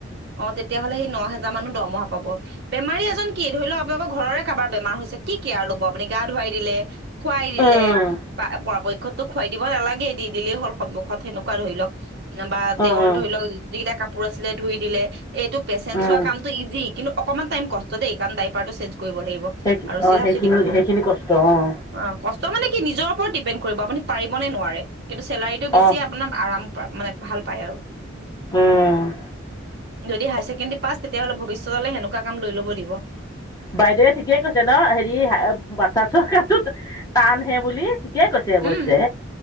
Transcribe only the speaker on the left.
উম
উম
উম
উম
<unintelligible>
অ',
সেইখিনি
সেইখিনি কষ্ট অ'।
অ
উম।
বাইদেৱে ঠিকেই কৈছে ন'? হেৰি আ, বাচ্ছা <unintelligible> টানহে বুলি। ঠিকে কৈছে অৱশ্যে,